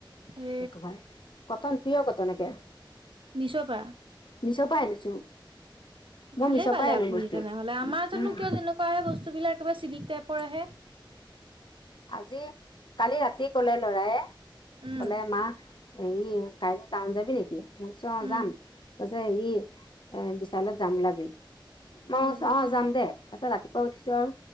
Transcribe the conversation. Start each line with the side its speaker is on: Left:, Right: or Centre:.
Right: এ
Left: একে ভাই কতন প্ৰিয়ৰ কতনকে এইটো
Right: মিছৰ পৰা
Left: মিছৰ পৰাই আনিছো মই
Right: ভালে
Left: মিছৰ
Right: পালে
Left: পৰাই আনো
Right: আপুনি
Left: বস্তু
Right: তেনেহলে আমাৰ
Left: উম
Right: জানো
Left: উম
Right: কিয় তেনেকুৱা আহে বস্তু বিলাক একেবাৰে চিলিক টাইপৰ আহে
Left: আজি কালি ৰাতি কলে লৰায়
Right: উম
Left: কলে মা হেৰি কাইলৈ টাউন যাবি নেকি মই কচো
Right: উম
Left: যাম কৈছে হেৰি এ বিশালত যাম ওলাবি মই
Right: উম
Left: অ যাম দে তাৰিছত ৰাতিপুৱ উঠিছো আৰু